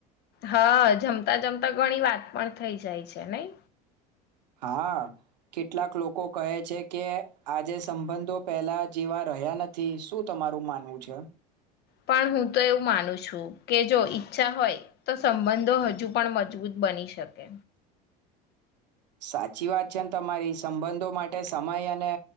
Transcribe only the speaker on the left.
હા જમતા જમતા ઘણી વાત પણ થઈ જાય છે નહી
પણ હું તો એવું માનું છું કે જો ઈચ્છા હોય તો સંબંધો હજુ પણ મજબૂત બની શકે.